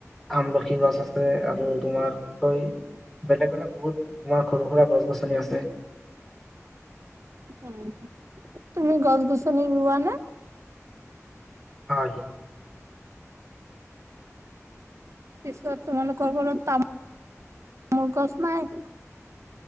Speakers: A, in the centre; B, on the right (about 65°).
A: আমলখি গছ আছে, আৰু তোমাৰ কি কয় বেলেগ, বেলেগ বহুত তোমাৰ সৰু-সুৰা, গছ- গছনি আছে।
B: উম, তুমি গছ-গছনি ৰোৱা নে?
A: হয়।
B: পিছত তোমালোকৰ ঘৰত তামো <unintelligible> তামোল গছ নাই?